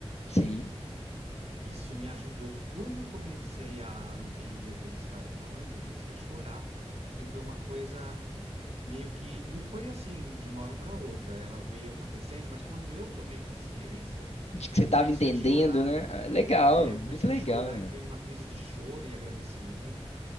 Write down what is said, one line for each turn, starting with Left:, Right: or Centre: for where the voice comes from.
Left: sim.
Right: isso me ajudou. Quando eu comecei a entender o que eles estavam falando, eu comecei a chorar, porque foi uma coisa meio que não foi assim de uma hora para outra, ela veio acontecendo, mas quando eu tomei consciência,
Left: De que você
Right: eu
Left: estava
Right: comecei
Left: entendendo,
Right: a chorar.
Left: né? Ah, Legal,
Right: É, eu
Left: muito
Right: comecei
Left: legal,
Right: a chorar,
Left: né?
Right: entrei numa crise de choro e agradecimento,